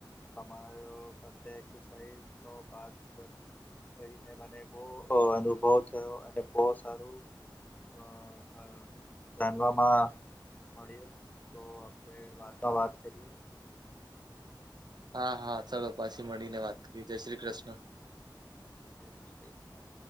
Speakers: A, on the left; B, on the right.
A: તમારો સાથે એકસસાઇઝ નો પાર્ટ થઈ મને બો અનુભવ થયો અને બો સારું અ અ જાણવામાં મળ્યું. તો આપણે રાત ના વાત કરીએ.
B: હા હા ચાલો પછી મળીને વાત કરીએ જય શ્રી કૃષ્ણ.
A: જય શ્રી કૃષ્ણ.